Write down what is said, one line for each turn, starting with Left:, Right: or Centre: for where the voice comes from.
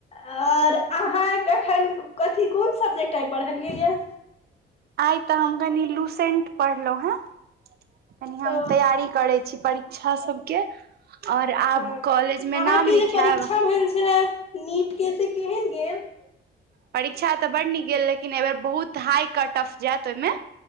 Left: आओर अहाँ कखन कथी कोन सब्जेक्ट आइ पढ़लियै यए
Right: आइ तऽ हम कनि लूसेंट पढ़लहुं हे कनि हम
Left: ओ
Right: तैयारी करैं छीपरीक्षा सबके और आब
Left: ह
Right: कॉलेज मे नाम
Left: अहाँके
Right: लिखायब
Left: जे परीक्षा भेल छै ने नीट के केहन गैल
Right: परीक्षा तऽ बड नीक गेल लेकिन एहि बेर बहुत हाई कट टफ जायत ओहिमे